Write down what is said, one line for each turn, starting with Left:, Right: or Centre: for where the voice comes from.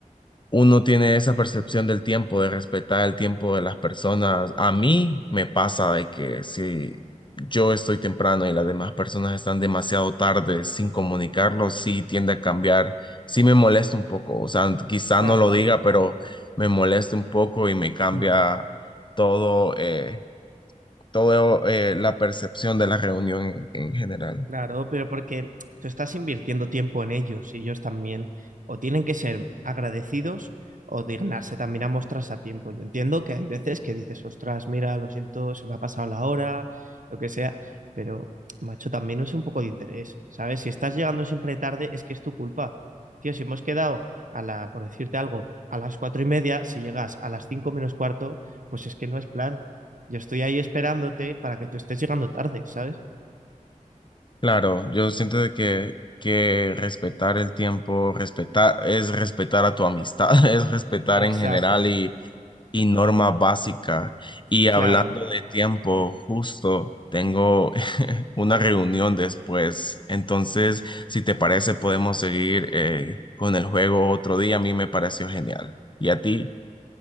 Left: uno tiene esa percepción del tiempo, de respetar el tiempo de las personas. A mí me pasa de que si yo estoy temprano y las demás personas están demasiado tarde sin comunicarlo, sí tiende a cambiar, sí me molesta un poco. O sea, quizá
Right: Claro.
Left: no lo diga, pero me molesta un poco y me cambia
Right: Mm.
Left: todo, eh, todo, eh, la percepción de la reunión en en general.
Right: Claro, pero porque tú estás invirtiendo tiempo en ellos y ellos también o tienen que ser agradecidos o dignarse también a mostrarse a tiempo. Yo entiendo que hay veces que dices, ostras, mira, lo siento, se me ha pasado la hora, lo que sea, pero macho, también es un poco de interés, ¿sabes? Si estás llegando siempre tarde, es que es tu culpa. Tío, si hemos quedado a la, por decirte algo, a las cuatro y media, si llegas a las cinco menos cuarto, pues es que no es plan. Yo estoy ahí esperándote para que tú estés llegando tarde, ¿sabes?
Left: Claro, yo siento de que, que respetar el tiempo, respetar, es respetar a tu amistad, <laughs> es respetar
Right: Exacto.
Left: en general y, y norma básica. Y hablando
Right: Claro.
Left: de tiempo, justo tengo <laughs> una reunión después. Entonces, si te parece, podemos seguir eh, con el juego otro día. A mí me pareció genial. Y a ti,